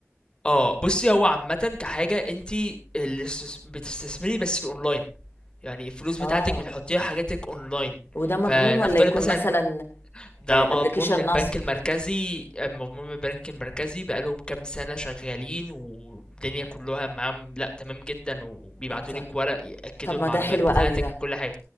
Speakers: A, on the left; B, on the left.
A: اه بصي هو عامة كحاجة انت اللي استس- بتستثمري بس في اونلاين يعني الفلوس بتاعتك
B: اه
A: بتحطيها حاجاتك اونلاين
B: وده مضمون
A: فنفترض
B: ولا يكون
A: مثلا
B: مثلا
A: ده مضمون
B: ابلكيشن
A: من البنك
B: نصب
A: المركزي مضمون من البنك المركزي بقالهم كام سنة شغالين والدنيا كلها معاهم لا تمام جدا وبيبعتوا
B: طب
A: لك
B: ده
A: ورق يأكدوا
B: طب ما
A: المعلومات
B: ده حلو
A: بتاعتك
B: قوي ده
A: وكل حاجة